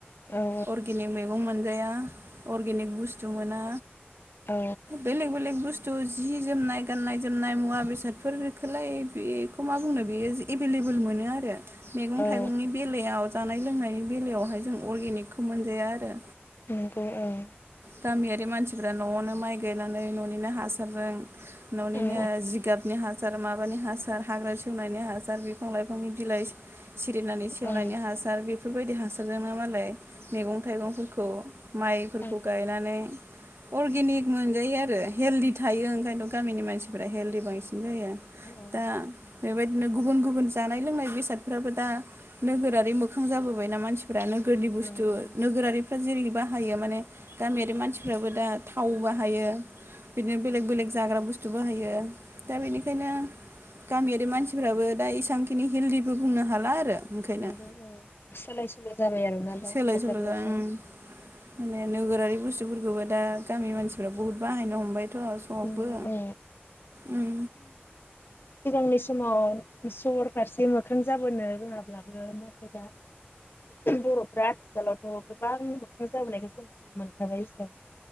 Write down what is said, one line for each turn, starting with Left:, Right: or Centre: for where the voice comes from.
Left: औ
Right: अर्गेनिक मैगं मोनजाया। अर्गेनिक बुस्थु मोना,
Left: औ
Right: बेलेग बेलग बु बुस्थु जि जोमनाय गाननाय जोमनाय मुवा बेसादफोरखौलाय बेखौ मा बुंनो बेयो एभेलेबल मोनो आरो मैगं
Left: औ
Right: थाइगंनि बेलायाव जानाय लोंनायनि बेलायावहाय जों अर्गेनिकखौ मोनजाया आरो।
Left: नंगौ औं
Right: गामियारि मानसिफ्रा न'आवनो माइ गायनानै न'निनो हासारजों न'निनो
Left: औ
Right: जिगाबनि हासार माबानि हासार हाग्रा सेवनायनि हासार बिफां लाइफांनि बिलाइ सिरिनानै सेवनायनि
Left: औ
Right: हासार बेफो बेफोरबायदि हासारजोंनो मालाय मैगं थाइगंफोरखौ माइफोरखौ
Left: औ
Right: गायनानै अरगेनिखक मोनजायो आरो हेलदि थायो ओंखायनोथ' गामिनि मानसिफ हेलदि बांसिन जायो
Left: औ
Right: दा बेबायदिनो गुबुन गुबुन जानाय लोंनाय बेसादफ्राबो दा नोगोरारि मोखां जाबोबायना मानसिफ नो गोोरदनि बुस्थु
Left: नंगौ औ
Right: नोगोरारिफ्रा जेरैबा‌ हायो माने गामियारि मानसिफ्राबो दा थाव बाहायो बिदिनो बेलेग बेलेग जाग्रा बुस्थु बाहायो दा बेनिखायनो गामियारि मानसिफ्राबो दा इसबांखिनि हेलदिबो बुंनो हाला आरो। ओंखायनो
Left: नोंगौ औ सोलाय सोल' जाबाय आरो ना दा
Right: सोलाय
Left: हाजारिआबो
Right: सोल' जा ओं माने नोगोरारि बुस्थुफोरखौबो दा गामि मानसिफ्रा बुहुत बाहायनो हमबाय थ' सबो
Left: नंगौ औ
Right: उम
Left: सिगांनि समाव सर फारसे मोखां जाबोनो रोङाब्लाबो नाथाय दा बर'फ्रा आथिखालावथ' गोबां मोखां जाबोनायखौ जों नुनो मोनखाबाय हिसाबै